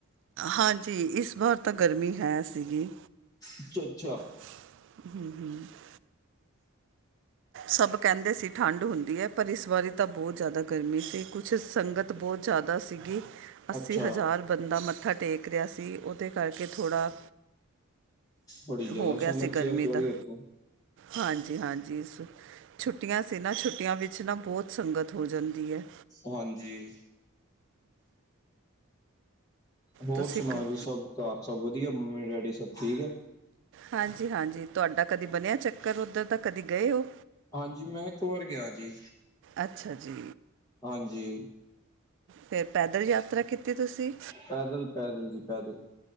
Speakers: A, on the right (about 60°); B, on the left (about 15°).
A: ਹਾਂਜੀ ਇਸ ਵਾਰ ਤਾਂ ਗਰਮੀਂ ਹੈ ਸੀਗੀ
B: ਅੱਛਾ ਅੱਛਾ
A: <unintelligible> ਸਬ ਕਹਿੰਦੇ ਸੀ ਠੰਡ ਹੁੰਦੀ ਹੈ ਪਰ ਇਸ ਵਾਰੀ ਤਾਂ ਬਹੁਤ ਜ਼ਿਆਦਾ ਗਰਮੀ ਸੀ ਕੁਛ ਸੰਗਤ ਬਹੁਤ ਜ਼ਿਆਦਾ ਸੀਗੀ ਅੱਸੀ
B: ਅੱਛਾ
A: ਹਜ਼ਾਰ ਬੰਦਾ ਮੱਥਾ ਟੇਕ ਰਿਹਾ ਸੀ ਉਹ ਤੇ ਕਰਕੇ ਥੋੜ੍ਹਾ
B: ਬੜੀ ਜ਼ਿਆਦਾ
A: ਹੋ ਗਿਆ
B: ਸੰਗਤ
A: ਸੀ ਗਰਮੀਂ
B: ਇਸ ਵਾਰੀ
A: ਦਾ
B: ਉੱਥੇ
A: ਹਾਂਜੀ ਹਾਂਜੀ ਇਸ ਛੁੱਟੀਆਂ ਸੀ ਨਾ ਛੁੱਟੀਆਂ ਵਿੱਚ ਨਾ ਬਹੁਤ ਸੰਗਤ ਹੋ ਜਾਂਦੀ ਹੈ
B: ਹਾਂਜੀ ਹੋਰ
A: ਤੁਸੀਂ
B: ਸੁਣਾਓ
A: ਕ
B: ਜੀ ਸਭ ਘਰ ਸਭ ਵਧੀਆ ਮੰਮੀ ਡੈਡੀ ਸਭ ਠੀਕ ਆ
A: ਹਾਂਜੀ ਹਾਂਜੀ ਤੁਹਾਡਾ ਕਦੀ ਬਣਿਆ ਚੱਕਰ ਉੱਧਰ ਤਾਂ ਕਦੇ ਗਏ ਹੋ
B: ਹਾਂਜੀ ਮੈਂ ਇੱਕ ਵਾਰ ਗਿਆ ਜੀ
A: ਅੱਛਾ ਜੀ
B: ਹਾਂਜੀ
A: ਫਿਰ ਪੈਦਲ ਯਾਤਰਾ ਕੀਤੀ ਤੁਸੀਂ
B: ਪੈਦਲ ਪੈਦਲ ਜੀ ਪੈਦਲ